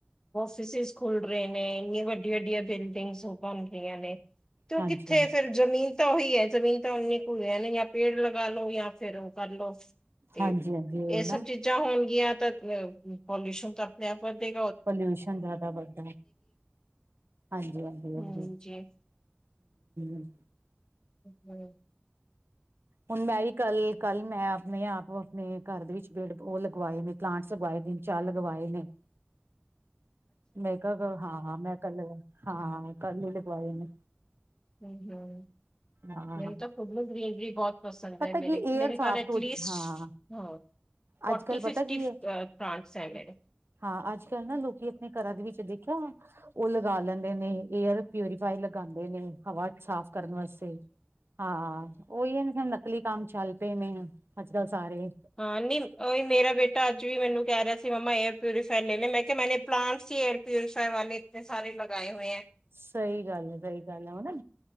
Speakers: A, on the left (about 15°); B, on the right (about 70°).
A: ਫਿਸਿਸ ਖੁਲ ਰਹੇ ਨੇ ਇਨੀ ਵੱਡ ਵੱਡੀਆਂ ਵੱਡੀਆਂ ਬਿਲਡਿੰਗਸ ਬਣ ਰਿਆਂ ਨੇ ਤੇ ਉਹ
B: ਹਾਂਜੀ
A: ਕਿੱਥੇ
B: ਹਾਂਜੀ
A: ਫਿਰ ਜ਼ਮੀਨ ਤਾਂ ਉਹੀ ਹੈ ਜ਼ਮੀਨ ਤਾਂ ਉਨੀ ਕੁ ਜਾਂ ਪੇੜ ਲੱ ਗਾ ਲੋ ਜਾਂ ਫੇਿਰ ਉਹ ਕਰਲੋ ਤੇ
B: ਹਾਂਜੀ ਹਾਂਜੀ ਉਹੀ
A: ਇਹ ਸਭ
B: ਨਾ
A: ਚੀਜ਼ਾਂ ਹੋਣਗੀਆਂ ਤਾਂ ਪੋਲਿਊਸ਼ਨ ਤਾਂ ਆਪਣੇ ਆਪ ਵਦੇ
B: ਪੋਲਿਊਸ਼ਨ ਜ਼ਿਆਦਾ ਵੱਦਾ ਹਾਂਜੀ- ਹਾਂਜੀ -ਹਾਂਜੀ
A: ਹਮ ਜੀ
B: ਹ
A: ਹਮ
B: ਹੁਣ ਮੈਂ ਵੀ ਕੱਲ ਕੱਲ ਮੈਂ ਆਪਣੇ ਆਪ ਆਪਣੇ ਘਰ ਦੇ ਵਿੱਚ ਗੇੜ ਉਹ ਲਗਵਾਏ ਨੇ ਪਲਾਂਟਸ ਲਗਵਾਏ ਦਿਨ ਚਾਹ ਲਗਵਾਏ ਨੇ ਮੈਂ ਕਿਹਾ ਹਾਂ ਮੈਂ ਕੱਲ ਹਾਂਾਂ ਕੱਲ ਹੀ ਲਗਵਾਏਨੇ
A: ਹਮ- ਹਮ
B: ਹਾਂ
A: ਮਨ ਤਾਂ ਪੁਗ ਮਦ- ਬਹੁਤ ਪਸੰਦ
B: ਪਤਾ
A: ਹੈ ਮੇ
B: ਕੀ ਏਅਰ
A: ਮੇਰੇ
B: ਸਾਫ਼
A: ਘਰ ਐਟਲੀਸਟ
B: ਤੋਂ ਹਾਂ
A: ਹਾ ਫੋਕੀ
B: ਅੱਜ ਕੱਲ ਪਤਾ
A: -ਫਿਫਟੀ
B: ਕੀ ਹੈ
A: ਪਲਾਂਟਸ ਹੈਗੇ ਨੇ
B: ਹਾਂ ਅੱਜ ਕੱਲ ਨਾ ਲੋਕੀ ਆਪਣੇ ਘਰਾਂ ਦੇ ਵਿੱਚ ਦੇਖਿਆ ਉਹ ਲਗਾ ਲੈਂਦੇ ਨੇ ਏਅਰ ਪਿਊਰੀਫਾਈ ਲਗਾਉਂਦੇ ਨੇ ਹਵਾ ਸਾਫ਼ ਕਰਨ ਵਾਸਤੇ ਹਾਂ ਨਕਲੀ ਕੰ ਚੱਲ ਪਏ ਨੇ ਅੱਜ ਕੱਲ ਸਾਰੇ
A: ਹਾਂ, ਨੀ ਔਈ ਮੇਰਾ ਬੇਟਾ ਅੱਜ ਵੀ ਮੈਨੂੰ ਕੈ ਰਿਆ ਸ ਸੀ ਮੰਮਾ ਏਅਰ ਪਿਊਰੀਫਾਇਰ ਲੈ ਲੇ ਮੈਂ ਕਿਆ ਮੈਂਨੇ ਪਲਾਂਟਸ ਈ ਏਅਰ ਪਿਊਰੀਫਾਇਰ ਵਾਲੇ ਇਤਣੇ ਸਾਰੇ ਲਗਾਏ ਹੋਏ ਐ।
B: ਸਹੀ ਗੱਲ ਏ, ਸਹੀ ਗੱਲ ਐ ਉਹ ਨਾ।